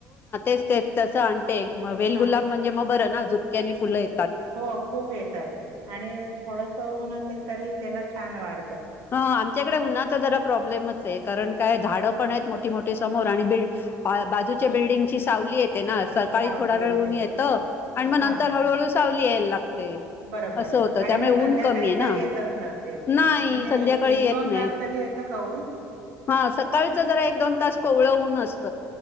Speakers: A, on the left; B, on the right.
A: च तसं आणते वेलगुलाब
B: हा
A: म्हणजे मग बरं ना झुपक्याने फुलं ये
B: हो खूप येतात आणि थोडस ऊन असेल, तरी त्याला छान वाढ
A: ह आमच्याकडे उन्हाचा जरा प्रॉब्लेमच आहे कारण काय झाडं पण आहेत मोठ ती मोठी समोर आणि ब बाजूच्या बिल्डिंगची सावली आहेत. तेना सकाळी
B: सावली
A: थोडा वेळ
B: येते
A: ऊन येतं आणि मग
B: हां
A: नंतर हळूहळू सावली येयला लागते.
B: बरोबर
A: असं होत
B: आणि
A: त्यामुळे
B: मग
A: ऊन
B: संध्याकाळी
A: कमी आहे ना
B: काही येतच नसतील.
A: नाही.
B: म्हणजे
A: संध्याकाळी
B: एक एक
A: येत
B: दोन
A: नाही,
B: तास तरी येतं का ऊन?
A: हा सकाळच जरा एक दोन तास कोवळं ऊन असत.